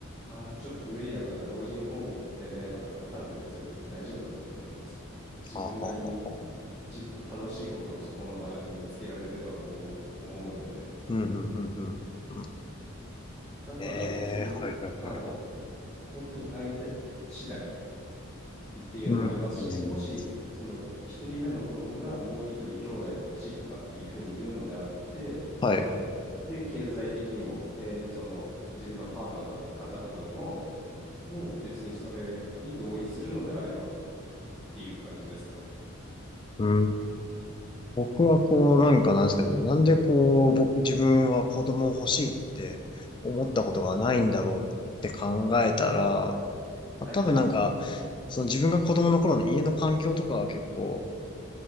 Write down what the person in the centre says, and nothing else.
あー、ちょっと無理だから老人ホーム行ってねとかでも多分別に大丈夫だと思います。自分なりに
自分の楽しいことをそこの場所で見つけられるとは思う、思うので、
だから別に、
はい、
本当に相手次第っていうのもありますし、
もし、その一人目の子供がもう一人兄弟が欲しいとかっていうふうに言うのであって、
で、経済的にも、で、その自分のパートナーの方とかにも、もう別にそれに同意するのであればっていう感じですかね。
だから、
はいはい。